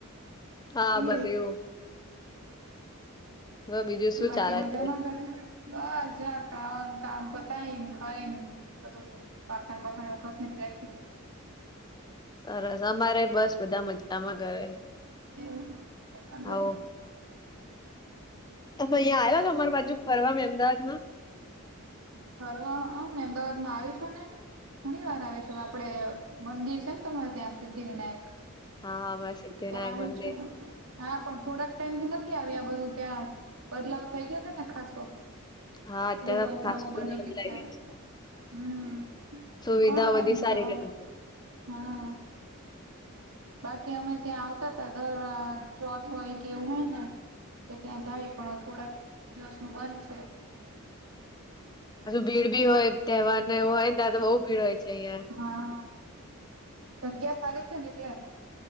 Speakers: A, on the left; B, on the right.
A: હા
B: એ
A: બસ એવું હવે બીજું
B: સુું
A: શું
B: બાકીમાં
A: ચાલે
B: જમા
A: છે
B: કરે બસ જક ખાવાનું કામ પતાય ને ખાઈ ને બધું બાસણ બાસણ ઓગસન બે્યાઠી
A: સરસ અમારે બસ બધા મજામાં કરે
B: એવું વાંધો
A: આવો
B: નઈ
A: હ અહં આ્યા અમાર બાજુ પરવા અમદાવાદમાં
B: ફરવા મે અમદાવાદ માં આવી છો ને ઘણી વાર છેું આપડે મંદિર છે ને તમારે સિદ્ધિ વિનાયક
A: હા બ સધ
B: ત્યાં આવી છું હા પણ થોડાક ટાઈમ નથી આવી આ બધું ત્યાં બદલાવ થઈ ગયો ને ખાસો
A: હા અત્યારે
B: બધું નવું
A: તો ખાસું
B: નવું બની
A: બધું
B: ગયું
A: લાગે
B: છે હમ
A: સુવિધા
B: કોણ ટાઈમ
A: બધી સારી
B: થયો
A: કરી છે.
B: હા બાકી અમે ત્યાં આવતા તા દર ચોથ હોય કે એવું હોય ને કે ત્યાં જાવ પણ થોડાક દિવસ નું બંધ છે
A: હું ભીડ ભી હોય તહેવાર ને એવું હોય ને ત તો બહુ ભીડ હોય છે અહિયાં
B: હા જગ્યા સારી છે ને એટલે